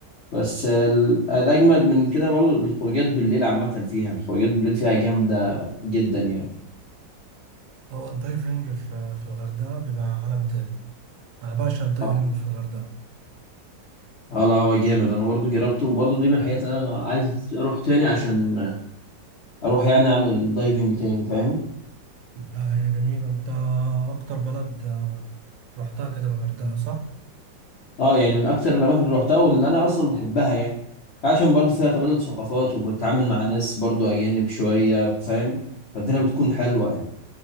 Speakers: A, on the left; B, on the right.
A: بس ال- الأجمد من كده برضه الخروجات بالليل عامة فيها الخروجات بالليل فيها جامدة جدا يعني
B: أو الدايفنج في في الغردقة بيبقى عالم تاني أنا بعشق الدايفنج
A: اه
B: في الغردقة
A: اه لا هو جامد انا برضو جربته وبرضو دي من الحاجات اللي انا عايز اروح تاني عشان اروح يعني اعمل دايفنج تاني فاهم
B: آه، هي جميلة أنت أكتر بلد آه، رحتها كانت الغردقة صح؟
A: اه يعني من اكتر الاماكن اللي روحتها واللي انا اصلا بحبها يعني عشان برضو فيها تبادل ثقافات وبتتعامل مع ناس برضو اجانب شوية فاهم فالدنيا بتكون حلوة يعني